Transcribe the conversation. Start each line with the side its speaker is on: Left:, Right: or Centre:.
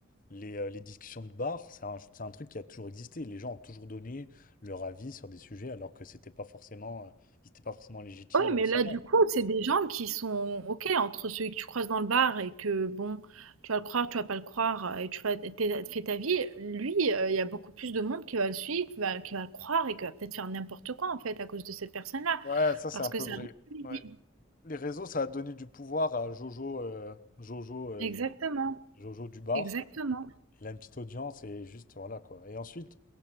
Left: Les, euh, les discussions de bar, c'est un, c'est un truc qui a toujours existé. Les gens ont toujours donné leur avis sur des sujets alors que c'était pas forcément, euh, ils étaient pas forcément légitimes
Right: Oui, mais
Left: ou savants.
Right: là, du coup, c'est des gens qui sont OK entre celui que tu croises dans le bar et que, bon, tu vas le croire, tu vas pas le croire, euh, et tu fais, t'es- fais ta vie. Lui, euh, il y a beaucoup plus de monde qui va le suivre, qui va, qui va le croire et qui va peut-être faire n'importe quoi, en fait, à cause de cette personne-là.
Left: Ouais, ça c'est
Right: Parce
Left: un
Right: que
Left: peu
Right: ça
Left: vrai.
Right: reste
Left: Ouais.
Right: crédible.
Left: Les réseaux, ça a donné du pouvoir à Jojo, euh, Jojo, euh,
Right: Exactement,
Left: Jojo du bar.
Right: exactement.
Left: Il a une petite audience et juste voilà quoi. Et ensuite,